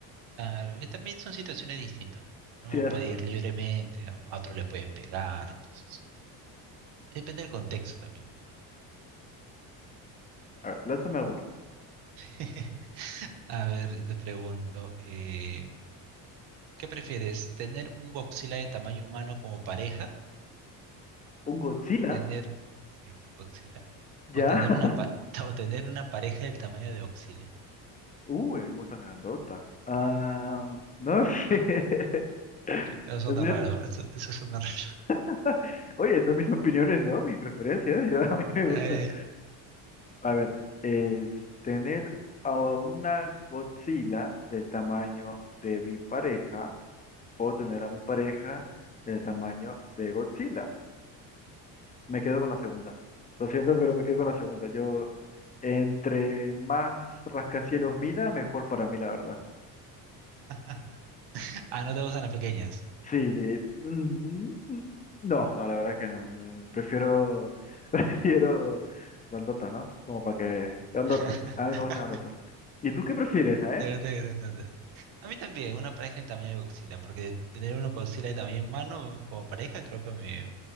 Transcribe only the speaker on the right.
claro, que también son situaciones distintas.
no
puede
ir libremente, a a otros le pueden pegar, entonces, depende del contexto también.
<laughs> A ver, te pregunto, eh, ¿qué prefieres? ¿Tener un Godzilla de tamaño humano como pareja?
¿O tener, sí, Godzilla?
¿O tener
una, pa- <laughs> o tener una pareja del tamaño de Godzilla?
Eso suena
raro, eso, eso suena raro.
<laughs> Ay,
<laughs> Ah, no te gustan las pequeñas.
<laughs>
Te gustan grandotes. A mí también, una pareja del tamaño de Godzilla, porque tener uno Godzilla de tamaño humano como pareja creo que me,